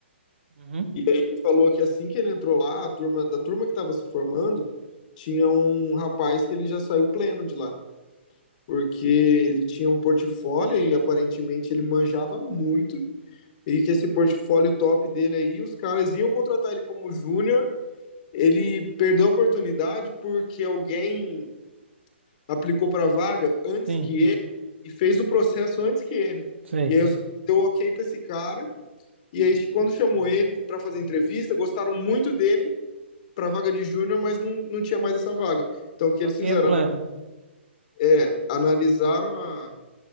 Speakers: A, on the right; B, on the left.
A: Uhum.
B: E aí ele falou que assim que ele entrou lá, a turma, da turma que estava se formando, tinha um rapaz que ele já saiu pleno de lá, porque ele tinha um portfólio e aparentemente ele manjava muito, e que esse portfólio top dele aí, os caras iam contratar ele como júnior, ele perdeu a oportunidade porque alguém aplicou para a vaga antes
A: Sim.
B: que ele e fez o processo antes que ele.
A: Sei.
B: E aí os caras deu ok para esse cara, e aí quando chamou ele para fazer entrevista, gostaram muito dele para a vaga de júnior, mas não, não tinha mais essa vaga. Então, o que
A: Só
B: eles
A: tinha
B: fizeram?
A: pleno.
B: É, analisaram a.